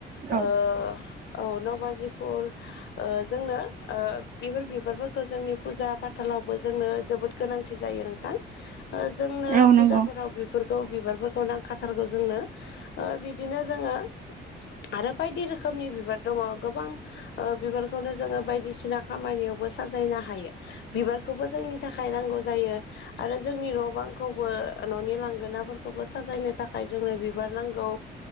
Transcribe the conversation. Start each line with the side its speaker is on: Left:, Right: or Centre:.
Right: औ
Left: अ। औ नबाजि फुल जोंनो बेफोर बिबारफोरखौ जोंनि फुजा फाथालावबो जोंनो जोबोद गोनांथि जायो नोंथां। जोंनो
Right: औ नंगौ
Left: फुजाफोराव फोरखौ बिबारफोरखौ नांखाथारगौ जोंनो ओ बिदिनो जोङो आरो बायदि रोखोमनि बिबार दङ गोबां। अ बिबारखौनो जोङो बायदिसिना खामानियावबो साजायनो हायो। बिबारखौबो जोंनि थाखाय नांगौ जायो। आरो जोंनि न' बांखौबो न'नि लांगोनाफोरखौबो साजायनो थाखाय जोंनो बिबार नांगौ।